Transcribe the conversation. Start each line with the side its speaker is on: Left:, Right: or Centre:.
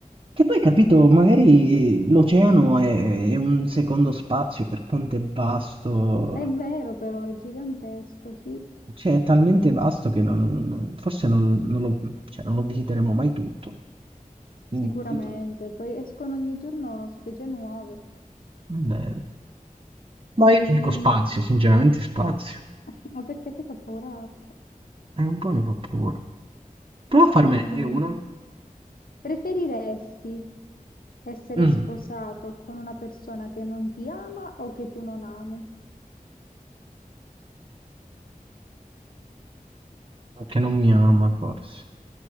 Right: Che poi, capito, magari l'oceano è, è un secondo spazio per quanto è vasto,
Left: È vero però, è gigantesco, sì,
Right: cioè è talmente vasto che non- non- forse non, non lo, cioè, non lo visiteremo mai tutto. Quindi,
Left: sicuramente.
Right: capito,
Left: Poi escono ogni giorno specie nuove.
Right: vabbè. Ma
Left: Mm,
Right: io ti dico spazio, sinceramente spazio.
Left: <laughs> ma perché a te fa paura l'acqua?
Right: È un po' mi fa paura. Prova a farmene
Left: Mm,
Right: te uno.
Left: preferiresti essere
Right: Mm.
Left: sposato con una persona che non ti ama o che tu non ami?
Right: Che non mi ama, forse.